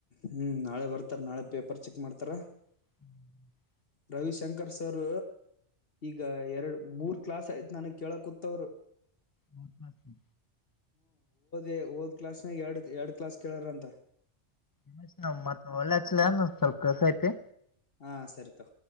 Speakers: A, on the left; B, on the left.
A: ಹ್ಮ್ ನಾಳೆ ಬರ್ತಾರ ನಾಳೆ ಪೇಪರ್ ಚೆಕ್ ಮಾಡ್ತಾರ
B: ಹ್ಮ್
A: ರವಿಶಂಕರ್ ಸರ್ ಈಗ ಎರಡು ಮೂರ್ ಕ್ಲಾಸ್ ಯ್ತ್ು ನನಗ್ ಕೇಳ ಕೂತ್ವರು
B: ಹ್ಮ್ಲ ಸರಿ
A: ಇೇ ಹಓದ್ ಕ್ಲಾಸ್ ನ ಎರಡ್ ಎರಡ್ ಕ್ಲಾಸ್ ಕೇಳಾರ ಅಂತ
B: ನಮ ನ ಮತ್ತ ಒಳ್ಳೆ ಆಚಲ ಏ ಸ್ವಲ್ಪ ಕೆಲಸ ಐತಿ
A: ಹ ಸರಿತೋ